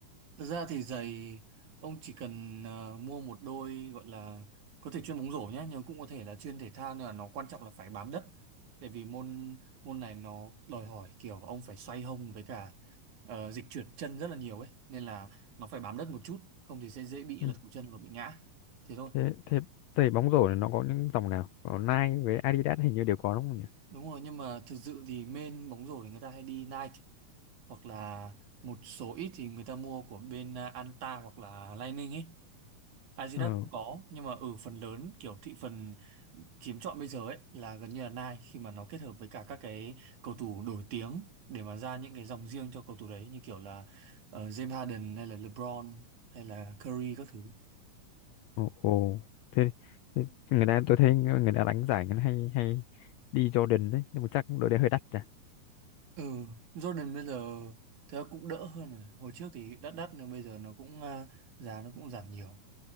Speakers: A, on the right; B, on the left.
A: Thực ra thì giày ông chỉ cần ờ, mua một đôi gọi là có thể chuyên bóng rổ nhé nhưng cũng có thể là chuyên thể thao nhưng mà nó quan trọng là phải bám đất tại vì môn môn này nó đòi hỏi kiểu ông phải xoay hông với cả ờ, dịch chuyển chân rất là nhiều ấy nên là nó phải bám đất một chút không thì sẽ dễ bị
B: ừ.
A: lật cổ chân hoặc bị ngã thế thôi
B: thế thế giày bóng rổ này nó có những dòng nào có Nike với Adidas hình như đều có đúng không nhỉ
A: đúng rồi nhưng mà thực sự thì main bóng rổ thì người ta hay đi Nike hoặc là một số ít thì người ta mua của bên ờ, Anta hoặc là Lining ấy Adidas
B: ờ
A: cũng có nhưng mà ở phần lớn kiểu thị phần chiếm trọn bây giờ ấy là gần như là Nike khi mà nó kết hợp với cả các cái cầu thủ nổi tiếng để mà ra những cái dòng riêng cho cầu thủ đấy như kiểu là ờ, James Harden hay là LeBron hay là Curry các thứ.
B: ồ, ồ. Thế, thế người ta tôi thấy người ta đánh giải người hay hay đi Jordan đấy nhưng mà chắc đội đấy hơi đắt à
A: Ừ, Jordan bây giờ thì cũng đỡ hơn rồi. Hồi trước thì đắt đắt nhưng bây giờ nó cũng à, giá nó cũng giảm nhiều.